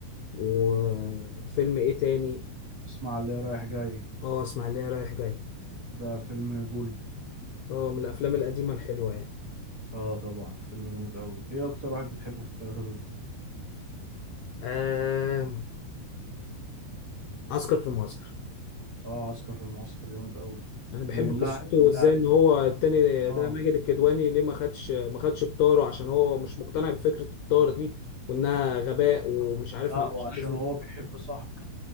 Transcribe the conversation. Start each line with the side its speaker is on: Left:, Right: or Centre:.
Left: وفيلم ايه تاني
Right: اسمع اللي رايح جاي
Left: اه اسماعيليه رايح جاي
Right: ده فيلم جولد
Left: اه من الافلام القديمه الحلوه يعني
Right: اه طبعا فيلم جامد قوي ايه اكتر واحد بتحبه في التلاتة دول
Left: آه... عسكر في المعسكر
Right: اه عسكر في المعسكر جامد قوي
Left: انا بحب
Right: بالله
Left: جميل قصته
Right: لا
Left: وازاي ان هو التاني
Right: اه
Left: ده ماجد الكدواني ليه ما خدش ما خدش بطاره عشان هو مش مقتنع بفكره الطار دي وانها غباء ومش عارف
Right: لا
Left: ملهاش
Right: وعشان
Left: لازمه
Right: هو بيحب صاحبه